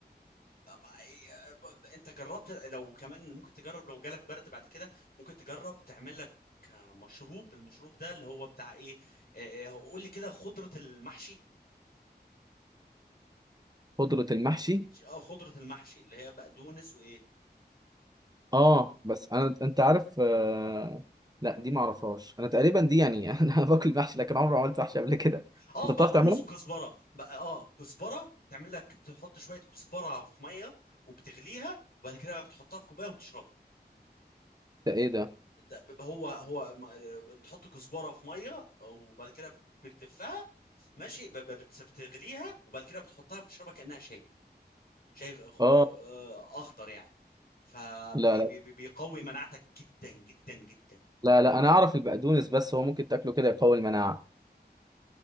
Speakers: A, on the left (about 60°); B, on the right (about 20°).
A: طب أي- انت جربت لو كمان ممكن تجرب لو جالك برد بعد كده ممكن تجرب تعمل لك مشروب المشروب ده اللي هو بتاع ايه اه، هو قول لي كده خضرة المحشي
B: خضره المحشي
A: اه خضرة المحشي اللي هي بقدونس وايه
B: اه بس انا انت عارف آه... لا دي ما اعرفهاش انا تقريبا دي يعني <laughs> انا باكل محشي لكن عمري ما عملت محشي قبل كده
A: اه
B: انت
A: بقدونس
B: بتعرف تعملها
A: وكزبرة بقى اه كزبرة تعمل لك بتحط شوية كزبرة في مية وبتغليها وبعد كده بتحطها في كوباية وبتشربها
B: ده ايه ده
A: ده ب- هو هو ما- بتحط كزبره في ميه وبعد كده بتلفها ماشي ب- ب- بت- بتغليها وبعد كده بتحطها بتشربها كانها شاي شاي أخ-
B: اه
A: آه، اخضر يعني فبيقوي
B: لا لا
A: مناعتك جدا جدا جدا
B: لا لا انا اعرف البقدونس بس هو ممكن تاكله كده يقوي المناعه